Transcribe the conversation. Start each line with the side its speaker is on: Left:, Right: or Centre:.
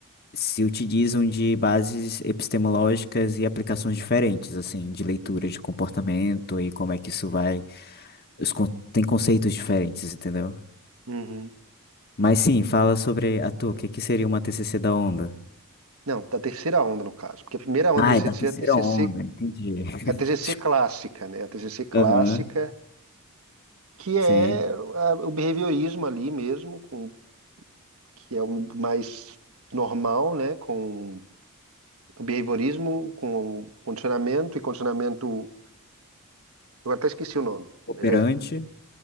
Left: se utilizam de bases epistemológicas e aplicações diferentes, assim, de leitura de comportamento e como é que isso vai. os con- Tem conceitos diferentes, entendeu?
Right: Uhum.
Left: Mas sim, fala sobre a tua, o que que seria uma TCC da onda?
Right: Não, da terceira onda no caso, porque a primeira onda
Left: Ah,
Right: da DCC
Left: é da terceira
Right: é a TCC,
Left: onda, entendi. <laughs>
Right: a TCC
Left: Desculpa.
Right: clássica, né, a TCC clássica
Left: Aham,
Right: que é
Left: sim.
Right: a- o behaviorismo ali mesmo, com, que é o mais normal, né? Com o behaviorismo, com condicionamento e condicionamento. Eu até esqueci o nome,
Left: Operante.
Right: mas é.